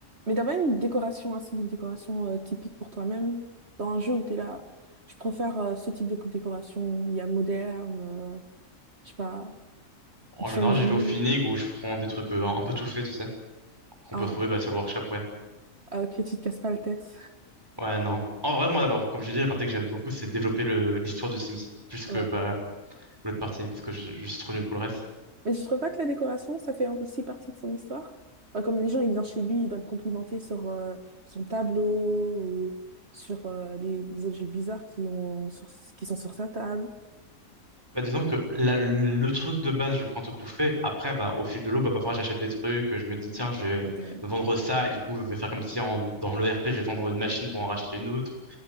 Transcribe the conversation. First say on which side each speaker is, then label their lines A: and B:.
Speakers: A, on the right; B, on the right.
A: Mais d'abord, une décoration, hein, c'est une décoration euh, typique pour toi-même. Dans un jeu où t'es là, je préfère euh, ce type de décoration. Il y a moderne, euh, je sais pas,
B: En
A: train
B: général,
A: de vie.
B: j'y vais au feeling où je prends des trucs euh, un peu tout faits, tu sais, qu'on
A: Ah,
B: peut trouver bah, sur le workshop, ouais.
A: euh, que tu te casses pas la tête.
B: Ouais, non. En vrai, moi, d'abord, comme je dis, la partie que j'aime beaucoup, c'est développer le, l'histoire de Sims, plus que
A: <laughs>
B: bah, l'autre partie, parce que je, je suis trop nul pour le reste.
A: Mais je trouve pas que la décoration, ça fait un peu aussi partie de son histoire. Enfin, comme les gens, ils viennent chez lui, ils doivent le complimenter sur euh, son tableau ou sur euh, les objets bizarres qui ont sur, qui sont sur sa table.
B: Bah, disons que la- le truc de base, je prends un truc tout fait. Après, bah, au fil de l'eau, bah, parfois, j'achète des trucs, je me dis, tiens, je vais
A: Ok.
B: vendre ça, et du coup, je vais faire comme si en, dans le RP, je vais vendre une machine pour en racheter une autre.